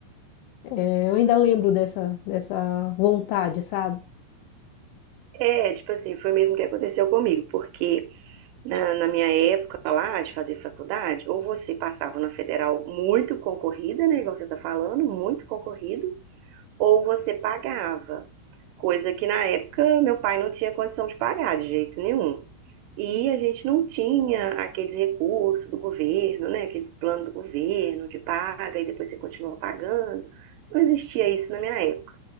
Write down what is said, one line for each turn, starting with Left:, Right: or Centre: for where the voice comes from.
Left: é, eu ainda lembro dessa, dessa vontade, sabe?
Right: É, tipo assim, foi mesmo que aconteceu comigo, porque na, na minha época lá de fazer faculdade, ou você passava na federal muito concorrida, né, igual você está falando, muito concorrido, ou você pagava, coisa que na época meu pai não tinha condição de pagar de jeito nenhum. E a gente não tinha aqueles recursos do governo, né? Aqueles planos do governo de paga e depois você continua pagando. Não existia isso na minha época.